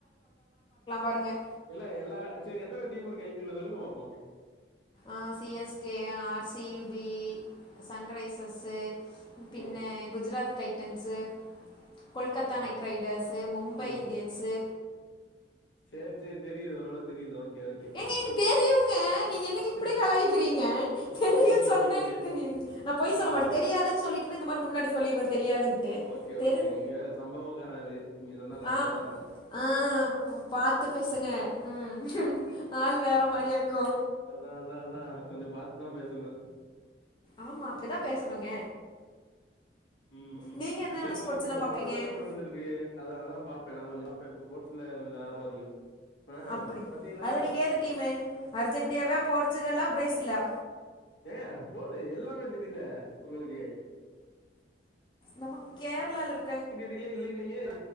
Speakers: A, on the left (about 25°); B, on the left (about 70°).
A: பாருங்கள்
B: இல்ல எல்லா சரி எத்தன டீம் இருக்கு ஐ பி யல்ல சொல்லுங்க பாப்போ
A: ஆ C S K R C B Sunrisers பின்ன
B: ம்
A: குஜராத் டைட்டன்ஸ்சு கொல்கத்தா
B: ஆ
A: நைட் ரைடர்ஸு மும்பை
B: ம்
A: இந்தியன்ஸு
B: சேரி சேரி தெரியுது ஓரளவு தெரியுது ஓகே ஓகே
A: ஏங்க என் தெரியுங்க நீங்க என்னங்க இப்டி
B: சி
A: கலாயிக்கிறீங்க தெரியுன்னு
B: சேரிங்க
A: சொன்னா
B: சேரிங்க
A: எனக்கு தெரியுங்க நா பொய்
B: சேரி
A: சொல்ல மாட்ட
B: சேரி
A: தெரியாதுன் சொல்லிட்டன இந்த மாரி முன்னாடி சொல்லிடுவேன் தெரியாதுன்ட்டு
B: ஓகே
A: தெரிஞ்
B: ஓகேங்க நீங்க வேற சம்பவக்கார ஆளு நீங்க சொன்னா கரெக்டா
A: ஆ
B: தா இருக்கு
A: ஆ பாத்து பேசுங்க ம் ஆள் வேற மாரியாக்கு
B: அதா அதா அதா கொஞ்சோ பாத்துதா பேசணு
A: ஆமா அப்டிதா பேசணுங்க
B: ம் ம்
A: நீங்க என்னென்ன
B: இல்ல இப்போ
A: ஸ்போர்ட்ஸ்
B: இந்த
A: எல்லாம்
B: புட்பால்
A: பாப்பீங்க
B: வேல்டு கப் நடந்திருக்கு அத அதெல்லா பாப்பே நா கொஞ்சோ ஸ்போர்ட்ஸ்ல கொஞ்சோ ஆர்வம் அதிகம் ஆ
A: அப்டி
B: பாத்தீங்களா
A: அது நீங்க ஏது டீமு அர்ஜென்டேவா போர்ச்சுகல்லா பிரேசில்லா
B: ஏங்க போடு எல்லாமே தெரியுதே உங்களுக்கு
A: நம்ம கேரளா இருக்
B: டிடிலியே இல்லீனிங்க